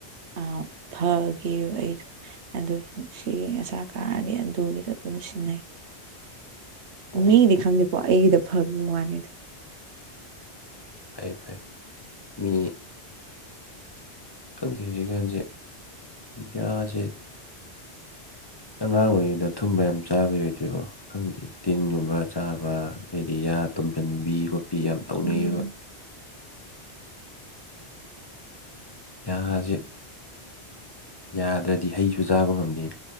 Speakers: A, on the right; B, on the left.
A: ꯑ ꯐꯒꯦ ꯑꯩꯗꯣ ꯑꯗꯨ ꯁꯤꯒꯤ ꯑꯁꯥ ꯀꯥꯔꯗꯤ ꯑꯗꯨꯒꯤꯗ ꯑꯗꯨꯝ ꯁꯤꯟꯅꯩ
B: ꯑꯣ
A: ꯃꯤꯗꯤ ꯈꯪꯗꯦꯀꯣ ꯑꯩꯒꯤꯗ ꯐꯈꯤꯕ ꯋꯥꯅꯤꯗ
B: ꯐꯩ ꯐꯩ ꯃꯤ ꯈꯪꯗꯛ ꯍꯧꯖꯤꯛꯀꯥꯟꯁꯦ ꯃꯤꯗꯤꯌꯥꯁꯦ ꯑꯉꯥꯡ ꯑꯣꯏꯔꯤꯉꯩꯗ ꯊꯨꯝꯕ ꯌꯥꯝ ꯆꯥꯕ ꯌꯥ ꯑꯣꯏꯗꯣꯏꯔꯣ ꯈꯪꯗꯦ ꯇꯤꯟꯒꯨꯝꯕ ꯆꯥꯕ ꯑꯗꯩꯗꯤ ꯌꯥ ꯇꯨꯝꯁꯤꯟꯕꯤ ꯈꯣꯠꯄꯤ ꯌꯥꯝ ꯇꯧꯅꯩꯑꯕ
A: ꯎꯝ
B: ꯌꯥꯁꯤ ꯌꯥꯗ꯭ꯔꯗꯤ ꯍꯩꯁꯨ ꯆꯥꯕ ꯉꯝꯗꯦ